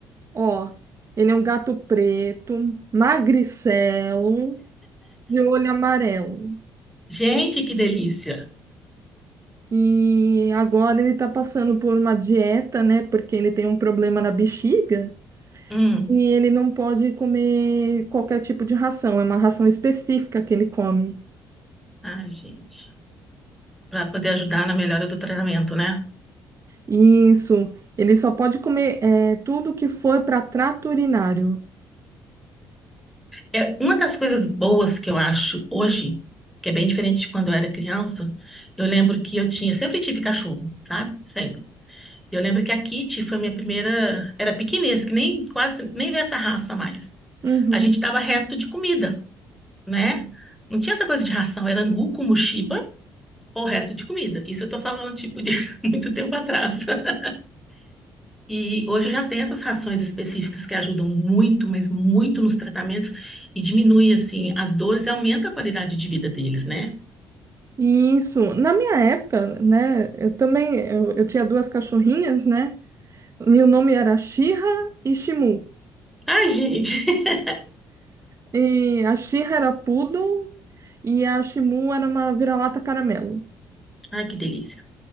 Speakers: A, on the right (about 40°); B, in the centre.
A: Ó, ele é um gato preto, magricelo, de olho amarelo.
B: Gente, que delícia!
A: E agora ele tá passando por uma dieta, né? Porque ele tem um problema na bexiga.
B: Hum,
A: E ele não pode comer qualquer tipo de ração. É uma ração específica que ele come.
B: ai, gente. Para poder ajudar na melhora do tratamento, né?
A: Isso. Ele só pode comer é, tudo que for para trato urinário.
B: É uma das coisas boas que eu acho hoje, que é bem diferente de quando eu era criança, eu lembro que eu tinha, sempre tive cachorro, sabe? Sempre. Eu lembro que a Kitty foi minha primeira, era pequinês, que nem quase nem vê essa raça mais.
A: Uhum.
B: a gente dava resto de comida, né? Não tinha essa coisa de ração, era angu com muxiba ou resto de comida. Isso eu tô falando, tipo, de <laughs> muito tempo atrás. né? E hoje já tem essas rações específicas que ajudam muito, mas muito nos tratamentos e diminui, assim, as dores e aumenta a qualidade de vida deles, né?
A: Isso. Na minha época, né, eu também, eu, eu tinha duas cachorrinhas, né, e o nome era Shira e Shimu.
B: Ai, gente! <laughs>
A: E a Shira era poodle e a Shimu era uma vira-lata caramelo.
B: Ai, que delícia!